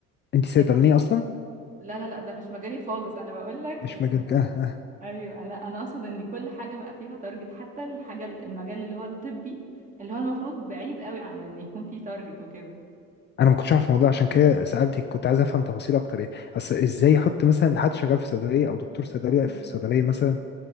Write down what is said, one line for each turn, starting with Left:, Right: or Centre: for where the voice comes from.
Left: انت صيدلانيه
Right: إن-
Left: اصلا
Right: لا لا لا ده مش مجالي خالص انا بقول لك
Left: مش
Right: ان
Left: مجالك اه اه
Right: ايوه انا انا اقصد ان كل حاجه بقى فيها تارجت حتى الحاجه المجال اللي هو الطبي اللي هو المفروض بعيد قوي عن ان يكون فيه تارجت وكده
Left: انا ما كنتش اعرف الموضوع عشان كده سالتك كنت عايز افهم تفاصيل اكتر يعني اصل ازاي يحط مثلا لحد شغال في صيدليه او دكتور صيدليه
Right: م.
Left: في صيدليه مثلا